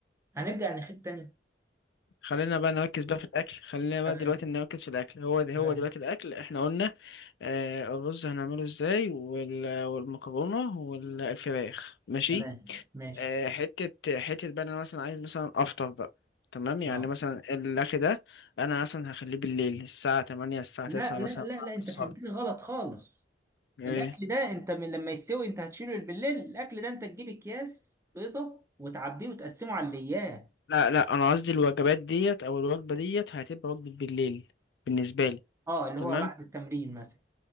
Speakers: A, on the right; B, on the left.
A: هنرجع نخيب تاني
B: خلينا بقى نركز بقى في الاكل خلينا بقى
A: تمام
B: دلوقتي نركز في الاكل هو ده
A: تمام
B: هو دلوقتي الاكل احنا قلنا آه الرز هنعمله ازاي وال- والمكرونه والفراخ ماشي
A: تمام ماشي
B: آه حته حته بقى انا مثلا عايز مثلا افطر بقى تمام يعني
A: اه
B: مثلا الاكل ده انا مثلا هخليه بالليل الساعه 8 الساعه 9
A: لا لا
B: مثلا
A: لا
B: بعد
A: لا انت
B: الصلاه
A: فهمتني غلط خالص
B: ايه
A: الاكل ده انت من لما يستوي انت هتشيله بالليل الاكل ده انت تجيب اكياس بيضه وتعبيه وتقسمه على الايام
B: لا لا انا قصدي الوجبات ديت او الوجبه ديت هتبقى وجبه بالليل بالنسبه لي
A: اه اللي
B: تمام
A: هو بعد التمرين مثلا